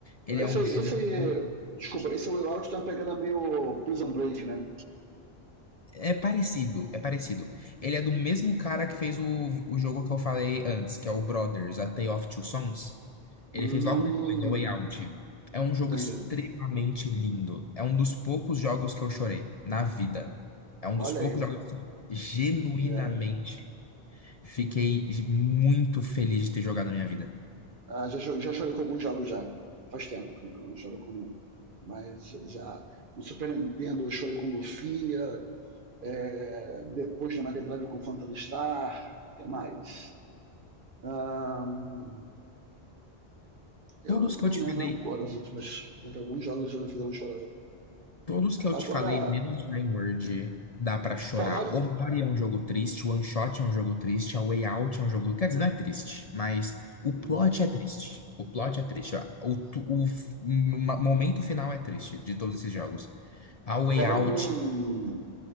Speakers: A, on the left; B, on the right.
A: Ele é
B: Esse
A: um
B: aí,
A: jogo.
B: esse aí. Desculpa, esse Way Out tá pegando meio Prison Break, né?
A: É parecido, é parecido. Ele é do mesmo cara que fez o, o jogo que eu falei antes, que é o Brothers, A Tale of Two Sons. Ele
B: Hum.
A: fez logo depois, A Way Out. É um jogo
B: Entendi.
A: extremamente lindo. É um dos poucos jogos que eu chorei na vida. É um
B: Olha
A: dos poucos
B: aí.
A: jogos que genuinamente
B: É,
A: fiquei muito feliz de ter jogado na minha vida.
B: Ah, já, já chorei com alguns jogos já. Faz tempo que eu não, eu não choro com nenhum. Mas já no Super Nintendo eu chorei com Lufia, é, depois na Mega Drive com Phantasy o que mais? Ahn, eu
A: Todos que
B: não
A: eu te
B: lembro
A: falei
B: agora os últimos, mas alguns jogos já me fizeram chorar já.
A: Todos que eu te
B: Agora,
A: falei, menos Word dá pra chorar.
B: falando,
A: O Mario é um jogo triste, o One Shot é um jogo triste, a Way Out é um jogo. Quer dizer, não é triste, mas o
B: hum,
A: plot é triste. O plot é triste. ó. O, tu- o f- m- momento final é triste de todos esses jogos. A Way
B: falando
A: Out,
B: em